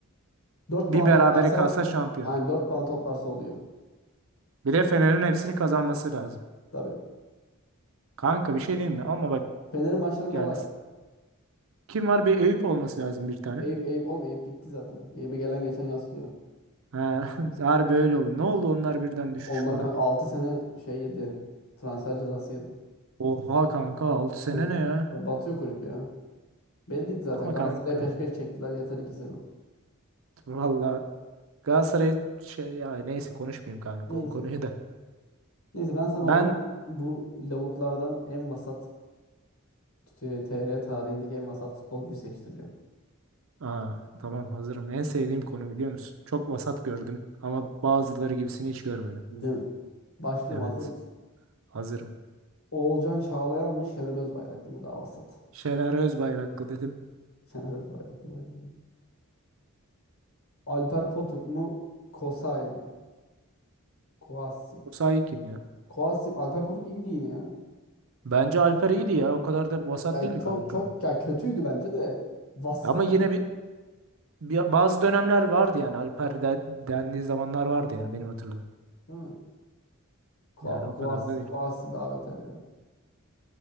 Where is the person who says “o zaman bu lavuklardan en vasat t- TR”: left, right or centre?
Left